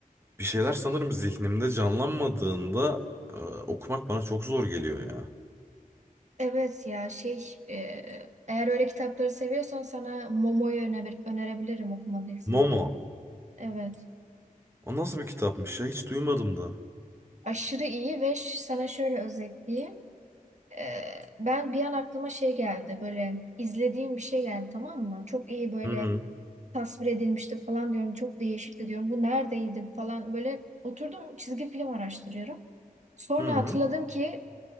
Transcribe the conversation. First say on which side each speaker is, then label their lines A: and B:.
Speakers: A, on the right; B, on the right.
A: bir şeyler sanırım zihnimde canlanmadığında e, okumak bana çok zor geliyor ya.
B: Evet ya şey e, eğer öyle kitapları seviyorsan sana Momo'yu öne- önerebilirim okumadıysan.
A: Momo.
B: Evet.
A: O nasıl bir kitapmış ya? Hiç duymadım da.
B: Aşırı iyi ve ş- sana şöyle özetleyeyim. Ee, ben bir an aklıma şey geldi böyle izlediğim bir şey geldi tamam mı? Çok iyi böyle
A: Hı hı.
B: tasvir edilmişti falan diyorum. Çok değişikti diyorum. Bu neredeydi falan böyle oturdum çizgi film araştırıyorum. Sonra
A: Hı hı.
B: hatırladım ki